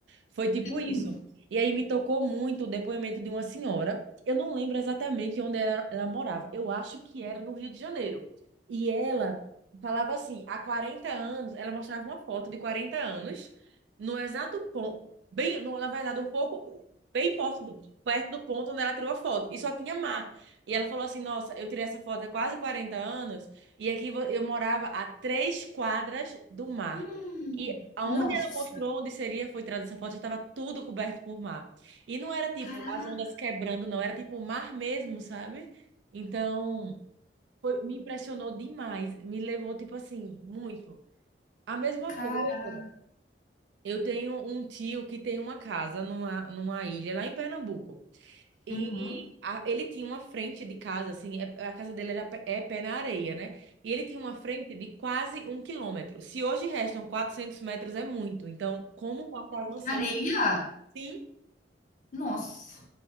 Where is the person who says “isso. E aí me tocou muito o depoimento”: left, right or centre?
Right